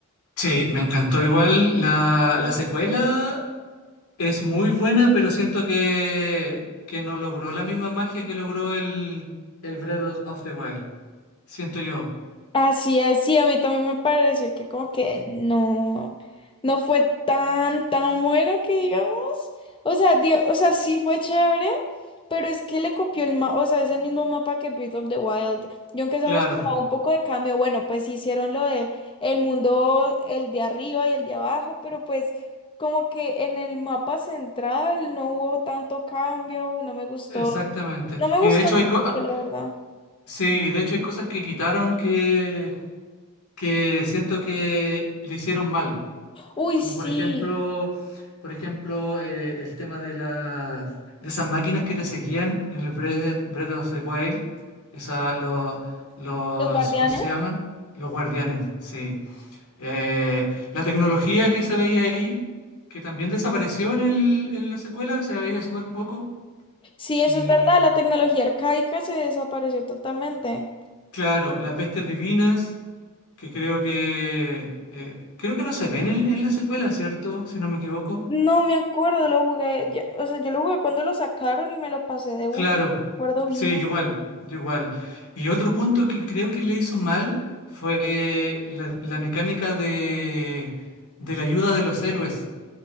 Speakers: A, on the left; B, on the left.
A: Sí, me encantó igual. La, la secuela es muy buena, pero siento que, que no logró la misma magia que logró el, el Breath of the Wild. Siento yo.
B: Así es, sí, a mí también me pareció que como que no, no fue tan, tan bueno que digamos. O sea, di- o sea, sí fue chévere, pero es que le copió el mapa, o sea, es el mismo mapa que Breath of the Wild. Yo aunque se
A: Claro,
B: me esperaba un poco de cambio, bueno, pues sí hicieron lo de el mundo, el de arriba y el de abajo, pero pues como que en el mapa central no hubo tanto cambio, no me gustó.
A: exactamente.
B: No me
A: Y
B: gustó
A: de hecho hay co- ah,
B: mucho, la verdad.
A: sí, y de hecho hay cosas que quitaron que, que siento que le hicieron mal.
B: Uy,
A: Como
B: sí.
A: por ejemplo, por ejemplo, eh, el tema de las de esas máquinas que te seguían en el Breath, Breath of the Wild, esa, lo- los,
B: Los guardianes.
A: ¿cómo se llaman? Los guardianes, sí. Eh, la tecnología que se veía ahí, que también desapareció en el- en la secuela, se veía súper poco.
B: Sí, eso
A: Y
B: es verdad, la tecnología arcaica se desapareció totalmente.
A: claro, las bestias divinas, que creo que eh, creo que no se ven en, en la secuela, ¿cierto? Si no me equivoco.
B: No me acuerdo, lo jugué, ya- o sea, yo lo jugué cuando lo sacaron y me lo pasé de una,
A: Claro,
B: y no me acuerdo
A: sí,
B: bien.
A: yo igual, yo igual. Y otro punto que creo que le hizo mal fue la, la mecánica de, de la ayuda de los héroes.